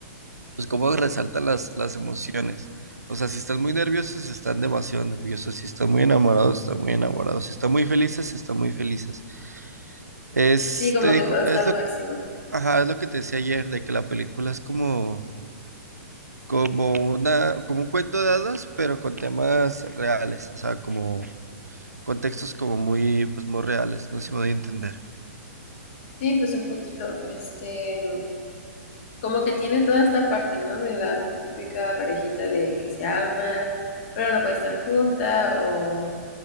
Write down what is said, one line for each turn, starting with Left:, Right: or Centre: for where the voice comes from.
Right: pues cómo resaltan las, las emociones. O sea, si están muy nerviosos, están demasiado nerviosos. Si están muy enamorados, están muy enamorados. Si están muy felices, están muy felices. Es,
Left: Sí, como
Right: te dijo,
Left: que todo está
Right: es
Left: al
Right: lo
Left: máximo.
Right: que, ajá, es lo que te decía ayer, de que la película es como como una, como un cuento de hadas, pero con temas reales, o sea, como contextos como muy, pues muy reales, no sé si me doy a entender.
Left: Sí, pues un poquito, este, como que tiene toda esta parte, ¿no? De la típica parejita de que se ama, pero no puede estar junta, o,